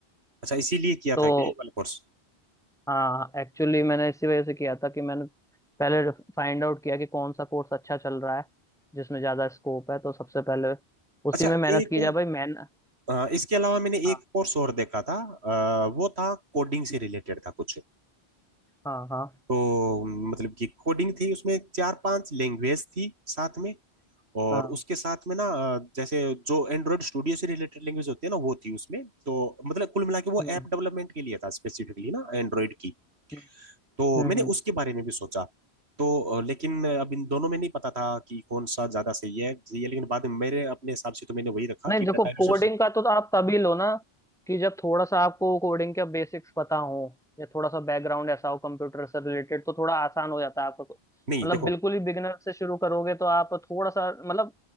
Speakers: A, on the right (about 70°); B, in the centre.
A: अच्छा इसीलिए किया
B: तो
A: था क्या ये वाला कोर्स
B: हाँ एक्चुअली मैंने इसी वजह से किया था कि मैंने पहले फाइंड आउट किया कि कौन सा कोर्स अच्छा चल रहा है जिसमें ज़्यादा स्कोप है तो सबसे पहले उसी
A: अच्छा
B: में मेहनत
A: एक
B: की जाए भाई मैन
A: अ, इसके अलावा मैंने
B: हाँ
A: एक कोर्स और देखा था अ, वो था कोडिंग से रिलेटेड था कुछ
B: हाँ हाँ
A: तो मतलब कि कोडिंग थी उसमें चार पांच लैंग्वेज थी साथ में और
B: हाँ
A: उसके साथ में ना अ, जैसे जो एंड्रॉयड स्टूडियो से रिलेटेड लैंग्वेज होती है ना वो थी उसमें तो मतलब कुल मिला के वो
B: हम्म
A: ऐप डेवलपमेंट के लिए था स्पेसिफिकली ना एंड्रॉयड की
B: हम्म
A: तो
B: हम्म
A: मैंने
B: हम्म।
A: उसके बारे में भी सोचा तो अ, लेकिन अब इन दोनों में नहीं पता था कि कौन सा ज्यादा सही है सही है लेकिन बाद में मेरे अपने हिसाब से तो मैंने वही रखा
B: नहीं
A: कि डाटा
B: देखो कोडिंग
A: रिसोर्स
B: का तो आप तभी लो ना कि जब थोड़ा सा आपको कोडिंग के बेसिक्स पता हो या थोड़ा सा बैकग्राउंड ऐसा हो कंप्यूटर से रिलेटेड तो थोड़ा आसान हो जाता है आपको
A: नहीं
B: मतलब
A: देखो
B: बिल्कुल ही बिगिनर से शुरू करोगे तो आप थोड़ा सा मतलब